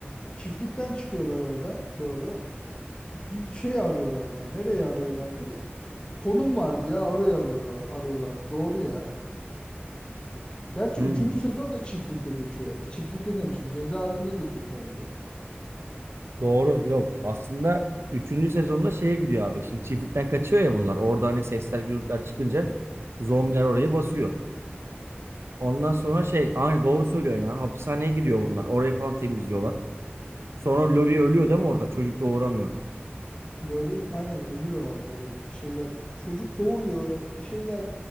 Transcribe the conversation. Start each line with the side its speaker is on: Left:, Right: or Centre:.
Left: Çiftlikten çıkıyorlar oradan. Doğru. Bir şey arıyorlardı. Nereye arıyorlardı? Konum vardı ya oraya alıyor, arıyorlardı. Doğru ya. Gerçi
Right: Hmm,
Left: üçüncü sezon da çiftlikte geçiyor. E, Çiftlikte demişim. Cezaevinde geçiyor sanki.
Right: doğru yok. Aslında üçüncü sezonda şeye gidiyor abi. Şimdi çiftlikten kaçıyor ya bunlar. Orada hani sesler gürültüler çıkınca zombiler oraya basıyor. Ondan sonra şey aynı doğru söylüyor ya. Hapishaneye giriyor bunlar. Orayı falan temizliyorlar. Sonra Lori ölüyor değil mi orada? Çocuk doğuramıyor.
Left: Lori aynen ölüyor orada bir, bir şeyler. Çocuk doğuyor. Bir şeyler.